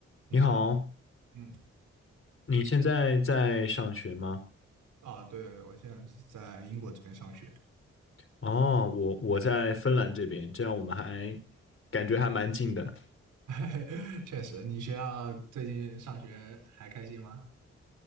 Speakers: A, on the right; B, on the left.
A: 你好，
B: 你好，
A: 嗯，
B: 你现在在上学吗？
A: 啊，对对对，我现在是在英国这边上学，
B: 哦，我我在芬兰这边，这样我们还感觉还蛮近的。
A: <laughs> 确实，你学校最近上学还开心吗？